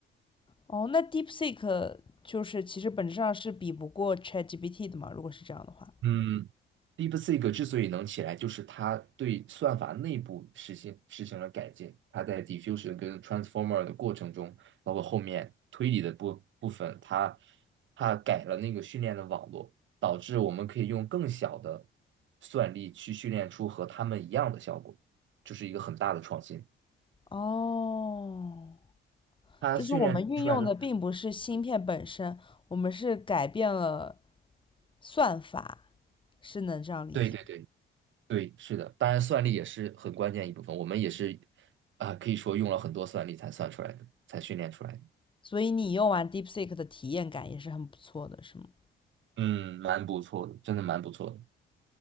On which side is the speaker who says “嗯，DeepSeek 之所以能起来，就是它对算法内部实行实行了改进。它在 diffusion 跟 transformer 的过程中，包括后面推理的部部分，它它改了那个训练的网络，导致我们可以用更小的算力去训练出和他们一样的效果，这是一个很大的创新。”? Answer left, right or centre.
Right